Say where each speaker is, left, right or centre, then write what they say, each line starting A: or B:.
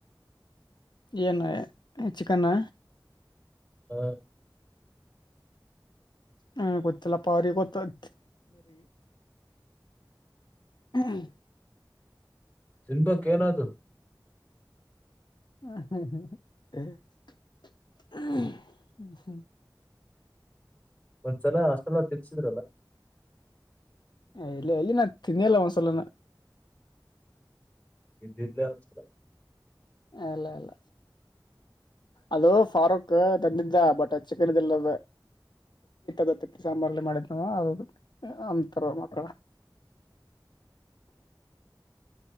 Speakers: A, on the left (about 65°); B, on the left (about 15°).
A: ಏನು ಏನ್ ಚಿಕನ್ನ
B: ಹ
A: ಹ್ಮ ಗೊತ್ತಿಲ್ಲಪ್ಪ ಅವ್ರಿಗೆ ಗೊತ್ತಗ ಹ್ಮ
B: ತಿನ್ಬೇಕ್ ಏನ್ ಆತದ
A: ಹ್ಮ ಹ್ಮ ಹ್ಮ ಹ್ಮ ಹ್ಮ
B: ಒಂದ್ಸಲ ಹಾಸ್ಟೆಲಗ ತಿನ್ಸಿದ್ರಲ್ಲ
A: ಏ ಎಲ್ಲಿ ನಾ ತಿಂದೆ ಇಲ್ಲ ಒಂದ್ ಸಲನು
B: ತಿಂದಿದ್ಲಾ ಒಂದ್ ಸಲ
A: ಅಲ್ಲ ಅಲ್ಲ ಅದು ಫಾರೂಕ್ ತಂದಿದ್ದ ಬಟ್ ಚಕ್ಕಲ್ಲ ದತ್ತಕ್ಕೆ ಸಾಂಬಾರ್ಲೆ ಮಾಡಿದ್ ನವು ಅ ಅಂತಾರ ಮಕ್ಕಳ
B: ಹ